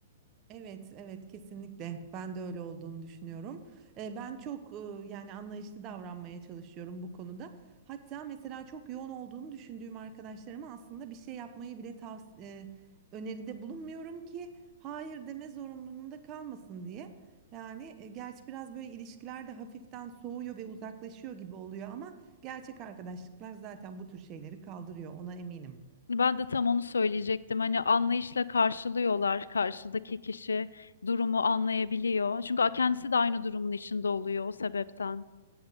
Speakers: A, on the right; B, on the left.
A: Evet, evet kesinlikle ben de öyle olduğunu düşünüyorum. Eee, ben çok eee, yani anlayışlı davranmaya çalışıyorum bu konuda. Hatta mesela çok yoğun olduğunu düşündüğüm arkadaşlarıma aslında bir şey yapmayı bile tavsiye öneride bulunmuyorum ki hayır deme zorunluluğunda kalmasın diye. Yani e, gerçi biraz böyle ilişkiler de hafiften soğuyor ve uzaklaşıyor gibi oluyor ama gerçek arkadaşlıklar zaten bu tür şeyleri kaldırıyor ona eminim.
B: Ben de tam onu söyleyecektim. Hani anlayışla karşılıyorlar. Karşıdaki kişi durumu anlayabiliyor. Çünkü kendisi de aynı durumun içinde oluyor o sebepten.